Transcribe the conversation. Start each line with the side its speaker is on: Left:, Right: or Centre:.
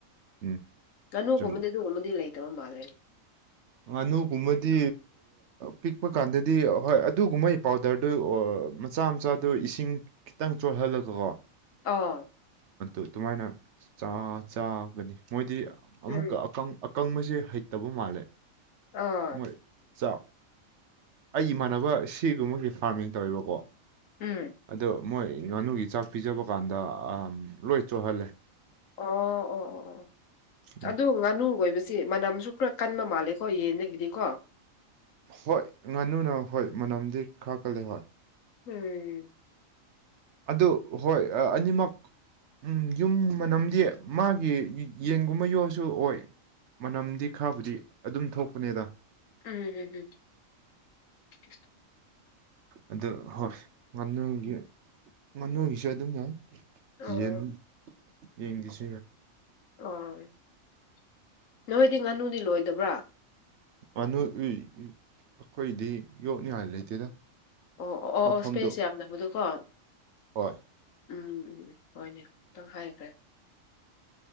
Right: ꯎꯝ
Left: ꯉꯥꯅꯨꯒꯕꯗꯤ
Right: ꯆꯨꯝꯃꯦ
Left: ꯎꯃꯃꯤꯗꯤ ꯂꯩꯇꯕ ꯃꯥꯜꯅꯤ
Right: ꯉꯥꯅꯨꯒꯨꯝꯕꯗꯤ ꯄꯤꯛꯄ ꯀꯥꯟꯗꯗꯤ ꯍꯣꯏ ꯑꯗꯨꯒꯨꯝꯕꯩ ꯄꯥꯎꯗꯔꯗꯨ ꯃꯆꯥ ꯃꯆꯥꯗꯨ ꯏꯁꯤꯡ ꯈꯤꯇꯪ ꯆꯣꯠꯍꯜꯂꯒꯀꯣ
Left: ꯑꯥ
Right: ꯑꯗꯨꯃꯥꯏꯅ ꯆꯥꯒꯅꯤ ꯃꯣꯏꯗꯤ ꯑꯃꯨꯛꯀ
Left: ꯎꯝ
Right: ꯑꯀꯪꯕꯁꯦ ꯍꯩꯇꯕ ꯃꯥꯜꯂꯦ
Left: ꯑꯥ
Right: ꯃꯣꯏ ꯆꯥꯛ ꯑꯩ ꯏꯃꯥꯟꯅꯕ ꯁꯤꯒꯨꯝꯕꯒꯤ ꯐꯥꯔꯃꯤꯡ ꯇꯧꯋꯦꯕꯀꯣ
Left: ꯎꯝ
Right: ꯑꯗꯣ ꯃꯣꯏ ꯉꯥꯅꯨꯒꯤ ꯆꯥꯛ ꯄꯤꯖꯕ ꯀꯥꯟꯗ ꯂꯣꯏ ꯆꯣꯠꯍꯜꯂꯦ
Left: ꯑꯣ ꯑꯣ ꯑꯣ ꯑꯣ
Right: ꯎꯝ
Left: ꯑꯗꯨ ꯉꯥꯅꯨ ꯂꯣꯏꯕꯁꯤ ꯃꯅꯝꯁꯨ ꯈꯔ ꯀꯟꯕ ꯃꯥꯜꯂꯦꯀꯣ ꯌꯦꯟꯗꯒꯤꯗꯤ ꯀꯣ
Right: ꯍꯣꯏ ꯉꯥꯅꯨꯅ ꯍꯣꯏ ꯃꯅꯝꯗꯤ ꯈꯔ ꯀꯜꯂꯦ ꯍꯣꯏ
Left: ꯎꯝ
Right: ꯑꯗꯨ ꯍꯣꯏ ꯑꯅꯤꯃꯛ ꯎꯝ ꯌꯨꯝ ꯃꯅꯝꯗꯤ ꯃꯥꯒꯤ ꯌꯦꯟꯒꯨꯝꯕ ꯌꯣꯛꯑꯁꯨ ꯑꯣꯏ ꯃꯅꯝꯗꯤ ꯈꯥꯕꯨꯗꯤ ꯑꯗꯨꯝ ꯊꯣꯛꯄꯅꯦꯗ
Left: ꯎꯝ ꯎꯝ ꯎꯝ
Right: ꯑꯗꯨ ꯍꯣꯏ ꯉꯥꯅꯨꯒꯤ ꯉꯥꯅꯨꯒꯤꯁꯨ ꯑꯗꯨꯝ ꯌꯥꯏ
Left: ꯑꯣ
Right: ꯌꯦꯟ ꯌꯦꯟꯒꯤꯁ
Left: ꯑꯣ ꯅꯣꯏꯗꯤ ꯉꯥꯅꯨꯗꯤ ꯂꯣꯏꯗꯕ꯭ꯔꯥ
Right: ꯑꯅꯨ <unintelligible> ꯑꯩꯈꯣꯏꯗꯤ ꯌꯣꯛꯅꯤꯉꯥꯏ ꯂꯩꯇꯦꯗ
Left: ꯑꯣ ꯑꯣ ꯑꯣ
Right: ꯃꯐꯝꯗꯣ
Left: ꯑꯣ ꯏꯁꯄꯦꯁ ꯌꯥꯝꯗꯕꯗꯣꯀꯣ
Right: ꯍꯣꯏ
Left: ꯎꯝ ꯍꯣꯏꯅꯦ ꯑꯝꯇꯪ ꯍꯥꯏꯈ꯭ꯔꯦ